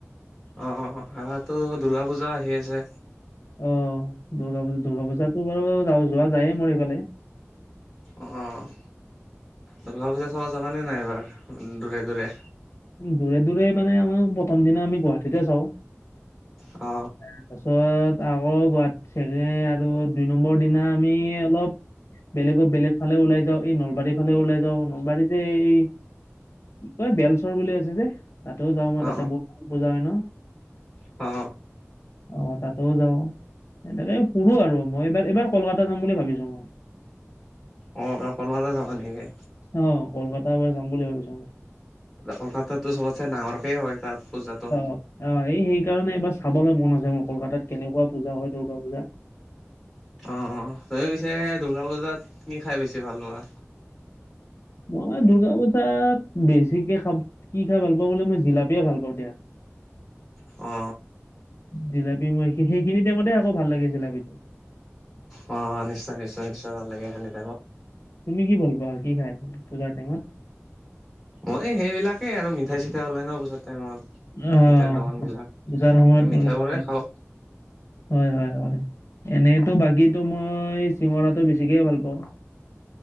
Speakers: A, in the centre; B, on the left (about 65°).
A: অঁ অঁ অঁ সোতো দুৰ্গা পূজা আহি আছে
B: অ দুৰ্গা পূজা দুৰ্গা পূজাতো বাৰু য যোৱা যায়ে মৰি পালে
A: অঁ দুৰ্ঘা পূজা চাব যাবানে নাই এবাৰ দূৰে দূৰে
B: দূৰে দূৰে মানে আমাৰ প্ৰথম দিনা আমি গুৱাহাটীতে চাওঁ
A: অ
B: তাৰপাছত আকৌ গুৱাহাটী চাগে আৰু দুই নম্বৰ দিনা আমি অলপ বেলেগৰ বেলেগ ফালে ওলাই যাওঁ এই নলবাৰীৰ ফালে ওলাই যাও নলবাৰী যে এই কয় বেলচৰ বুলি আছে যে তাতেও যাও মই
A: অ',
B: তাতে ব পূজা হয় ন
A: অ
B: অ তাতো যাওঁ এনেকে সুৰো আৰু মই এইবাৰ এইবাৰ কলকাতা যাম বুলি ভাবিছো মই
A: অ পলতে যাব নেকে
B: অ কলকাতা বাাৰ যাম বুলি ভাবিছো
A: কলকাতাতো চবততে ডাঙৰকেই হয় তাত পূজাটো
B: অ অ এই সেইকাৰণে এইবাৰ চাবলৈ মন আছে মোৰ কলকাতাত কেনেকুৱা পূজা হয় দুৰ্গা পূজা
A: অ অ তুমি পিছে দুৰ্গা পূজাত কি খাই বেছি ভাল পোৱাা
B: মই দুৰ্গা পূজাত বেছিকে খাম কি খাই ভাল পাওঁ বোলে মই জিলাপিয়ে ভাল পাওঁ দিয়া
A: অ
B: জিলাপি মই সেইখিনি টাইমততেে আকৌ ভাল লাগে জিলাপিটো
A: অ নিশ্চয় নিশ্চয় নিশ্চয় ভাল লাগে খে
B: তুমি কি ভ পা কি খাই পূজাৰ টাইমত
A: অ এই সেইবিলাকে আৰু মিঠাই চিঠাই ওলাই ন পত টাইমত
B: অ',
A: মিঠাইৰ দোকান বিলাক
B: পূজাৰ সময়ত
A: মিঠাই
B: অলপ ভাল
A: বোৰে
B: লাগে
A: খাওঁ
B: হয় হয় হয় এনেইতো বাকীতো মই চিঙৰাটো বেছিকে ভাল পাওঁ